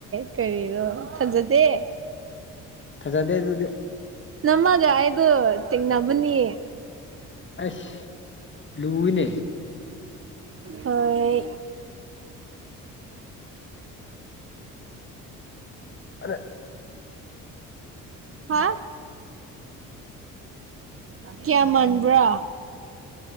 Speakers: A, on the right (about 40°); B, on the left (about 35°).
A: ꯀꯔꯤꯔꯣ ꯊꯥꯖꯗꯦ
B: ꯊꯥꯖꯗꯦ ꯑꯗꯨꯗꯤ
A: ꯅꯝꯃꯒ ꯑꯩꯗꯨ ꯇꯦꯡꯅꯕꯅꯤ
B: ꯑꯁ ꯂꯨꯏꯅꯦ
A: ꯍꯣꯏ
B: ꯑꯗꯩ
A: ꯍꯥ ꯀꯌꯥ ꯃꯥꯟꯕ꯭ꯔꯥ